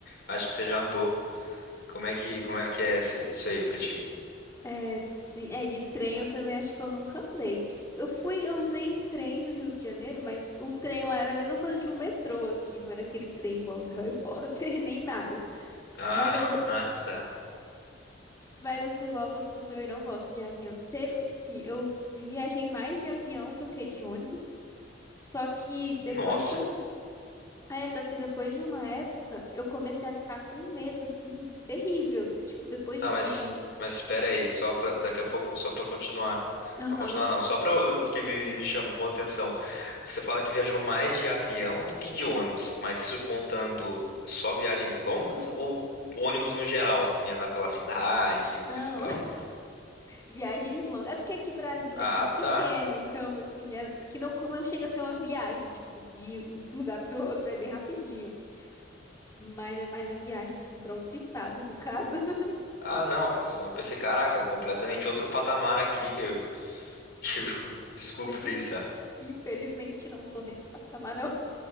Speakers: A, on the left; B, on the left.
A: Acho que você já andou. Como é que, como é que é isso isso aí pra ti?
B: É, sim, é, de trem eu também acho que eu nunca andei. Tipo, Eu fui, eu usei um trem no Rio de Janeiro, mas o trem lá era a mesma coisa de um metrô aqui, não era aquele trem igual do Harry <laughs> Potter, nem nada.
A: Ah,
B: Mas eu,
A: <laughs> ah, tá.
B: mas eu sou igual a você, eu também não gosto de avião. Teve, sim, eu viajei mais de avião do que de ônibus, só que depois
A: Nossa.
B: de um É, só que depois de uma época, eu comecei a ficar com medo, assim, terrível. Tipo, depois
A: Tá,
B: de.
A: mas mas espera aí, só para daqui a pouco, só para continuar,
B: Aham.
A: para continuar não, só para porque me chamou a atenção. Você fala que viajou mais de avião do que de ônibus, mas isso contando só viagens longas ou ônibus no geral, assim, andar pela cidade, coisa
B: Não,
A: e tal?
B: <laughs> viagens longas. É porque aqui Brasília
A: Ah,
B: é muito pequeno,
A: tá.
B: então, assim, é- que não, não chega a ser uma viagem, tipo, de um lugar pro outro é bem rapidinho. Mas é mais a viagem, assim, pra outro estado, no caso. <laughs>
A: Ah, não, porque senão eu pensei, caraca, completamente outro patamar aqui que eu, <laughs> que eu descobri,
B: Infeliz...
A: sabe?
B: Infelizmente, não tô nesse patamar, não.